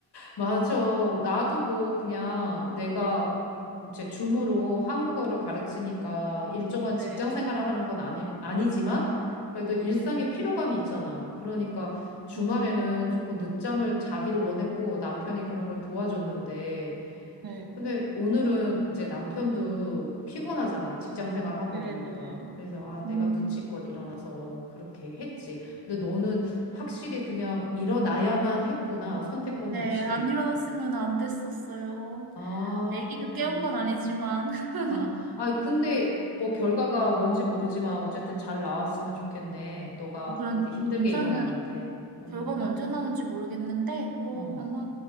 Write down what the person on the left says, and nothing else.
맞아. 나도 뭐 그냥 내가 이제 줌으로 한국어를 가르치니까 일정한
직장 생활을 하는 건 아니, 아니지만 그래도 일상의
피로감이 있잖아. 그러니까 주말에는
조금 늦잠을 자기를 원했고 남편이 그런 걸 도와줬는데
근데 오늘은 이제 남편도 피곤하잖아. 직장 생활하고
이러니까.
그래서 아,
내가 눈치껏 일어나서 그렇게 했지. 근데 너는 확실히 그냥 일어나야만 했구나. 선택권이
없이.
아,
그랬구나.
아, 아, 근데 뭐 결과가 뭔지 모르지만 어쨌든 잘 나왔으면 좋겠네. 너가
이제 힘들게
일어났는데. 어,
어,